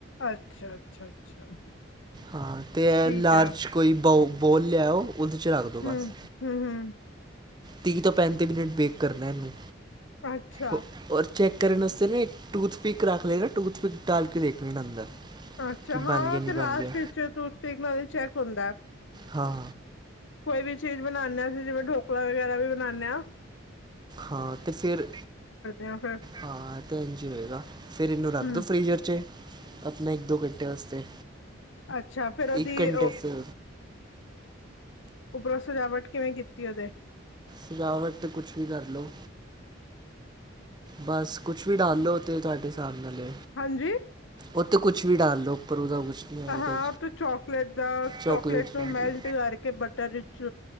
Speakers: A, on the left (about 70°); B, on the right (about 20°).
A: ਅੱਛਾ ਅੱਛਾ ਅੱਛਾ
B: ਹਾਂ ਤੇ
A: ਠੀਕ
B: ਲਾਰਜ
A: ਹੈ
B: ਕੋਈ ਬ ਬੋਲ ਲਿਆਓ ਉਹਦੇ ਚ ਰੱਖ ਦਿਉ ਬਸ
A: ਹੂੰ ਹੂੰ ਹੂੰ
B: ਤੀਹ ਤੋਂ ਪੈਂਤੀ ਮਿੰਟ ਬੇਕ ਕਰਨਾ ਇਹਨੂੰ
A: ਅੱਛਾ
B: ਔ- ਔਰ ਚੈੱਕ ਕਰਨ ਵਾਸਤੇ ਨਾ ਇੱਕ ਟੂਥਪਿਕ ਰੱਖ ਲ ਨਾ ਟੂਥਪਿਕ ਡਾਲ ਕੇ ਦੇਖ ਲਣਾ ਅੰਦਰ
A: ਅੱਛਾ
B: ਕਿ
A: ਹਾਂ
B: ਬਣ ਗਿਆ ਨਹੀਂ
A: ਤੇ ਲਾਸਟ
B: ਬਣ ਗਿਆ
A: ਵਿਚ ਟੂਥਪਿਕ ਨਾਲ ਚੈਕ ਹੁੰਦਾ
B: ਹਾਂ
A: ਕੋਈ ਵੀ ਚੀਜ਼ ਬਣਾਦੇਸੀਂ ਜਿਵੇਂ ਢੋਕਲਾ ਵਗੈਰਾ ਵੀ ਬਣਾਦੇ ਹ
B: ਹਾਂ ਤੇ ਫਿਰ
A: ਹਾਂ ਫਿਰ
B: ਹਾਂ ਤੇ ਇੰਝ ਹੋਏਗਾ ਫੇਰ ਇਹਨੂੰ ਰੱਖਦੋ
A: ਹਮ
B: ਫਰੀਜ਼ਰ ਚ ਆਪਣਾ ਇੱਕ ਦੋ। ਘੰਟੇ ਵਾਤੇ
A: ਅੱਛਾ ਫਿਰ ਉਹਦੀ
B: ਇੱਕ ਘੰਟੇ ਵਤੇ
A: ਉਪਰੋਂ ਸਜਾਵਟ ਕਿਵੇਂ ਕੀਤੀ ਉਹਦੇ
B: ਸਜਾਵਟ ਤੇ ਕੁਛ ਵੀ ਕਰਲੋ। ਬਸ ਕੁਛ ਵੀ ਡਾਲਲੋ ਤੇ ਤੁਹਾਡੇ ਹਿਸਾਬ ਨਾਲ ਲ
A: ਹਾਂਜੀ।
B: ਉੱਤੇ ਕੁਛ ਵੀ ਡਾਲ ਲੋੋ ਉਪਰ ਉਹਦਾ ਕੁਛ ਨਹੀਂ ਆਏਗਾ
A: ਹਾਂ ਤੇ ਚੋਕਲੇਟ ਦਾ ਚੋਕਲੇਟ
B: ਚੋਕਲੇਟਸ
A: ਨੂੰ
B: ਡਾਲ
A: ਮੈਲਟ
B: ਲਓ
A: ਕਰਕੇ ਬਟਰ ਵਿੱਚ